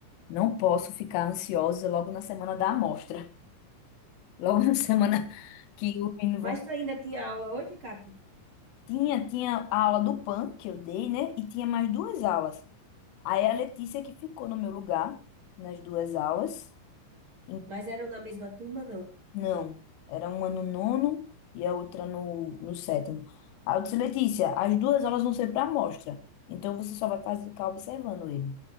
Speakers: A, on the left; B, on the right.
A: Não posso ficar ansiosa logo na semana da amostra. Logo na <laughs> semana que o menino
B: Mas
A: vão.
B: tu ainda tinha aula hoje, Kati?
A: Tinha, tinha a aula do PAN que eu dei, né? E tinha mais duas aulas. Aí a Letícia que ficou no meu lugar nas duas aulas. Em-
B: Mas eram na mesma turma, não?
A: Não, era uma no nono e a outra no, no sétimo. Aí eu disse, Letícia, as duas aulas vão ser para amostra. Então você só vai fazer, ficar observando ele.